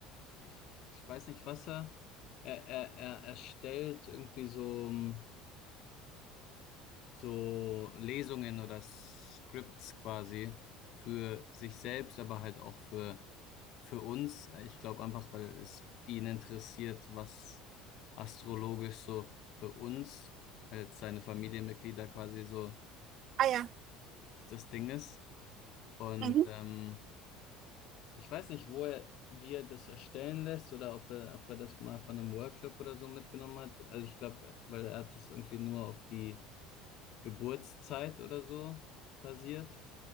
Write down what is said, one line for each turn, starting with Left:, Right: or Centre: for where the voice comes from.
Left: ich, ich weiß nicht, was er, er, er, er erstellt irgendwie so, mh, so Lesungen oder Scripts quasi für sich selbst, aber halt auch für, für uns. Ich glaube einfach, weil es ihn interessiert, was astrologisch so für uns als seine Familienmitglieder quasi so
Right: Ah ja.
Left: das Ding ist. Und
Right: Mhm.
Left: ähm, ich weiß nicht, wo er, wie er das erstellen lässt oder ob er, ob er das mal von einem Workshop oder so mitgenommen hat. Also ich glaube, weil er hat das irgendwie nur auf die Geburtszeit oder so basiert.